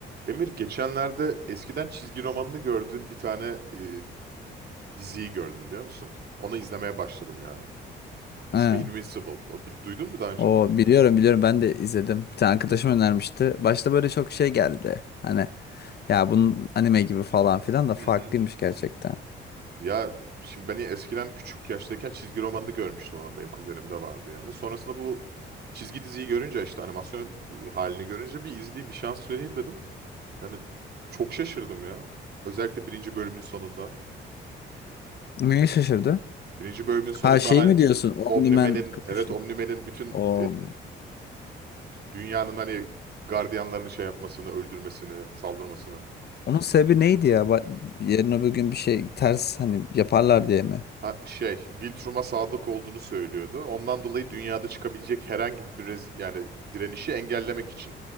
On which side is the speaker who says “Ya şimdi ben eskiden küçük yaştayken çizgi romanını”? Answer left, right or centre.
Right